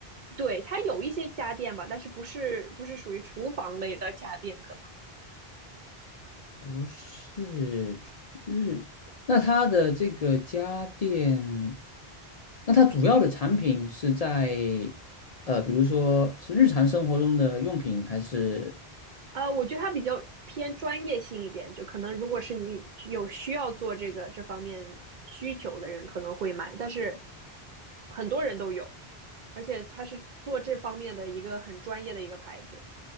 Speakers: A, on the right (about 55°); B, on the left (about 50°).
A: 对，它有一些家电吧，但是不是不是属于厨房类的家电，可能，
B: 不是日。那它的这个家电，那它主要的产品是在呃，比如说是日常生活中的用品，还是
A: 啊，我觉得它比较偏专业性一点，就可能如果是你有需要做这个这方面需求的人，可能会买，但是很多人都有。而且它是做这方面的一个很专业的一个牌子，